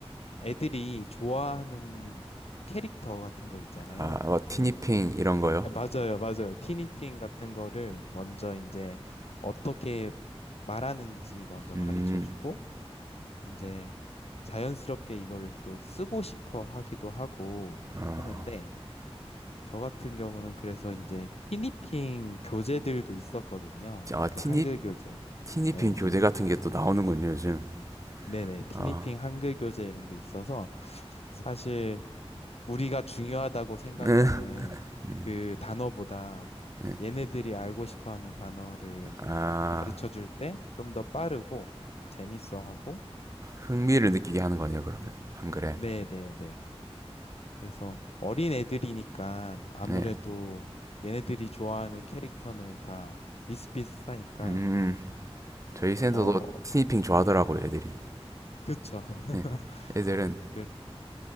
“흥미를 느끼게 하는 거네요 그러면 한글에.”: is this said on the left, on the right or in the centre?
Right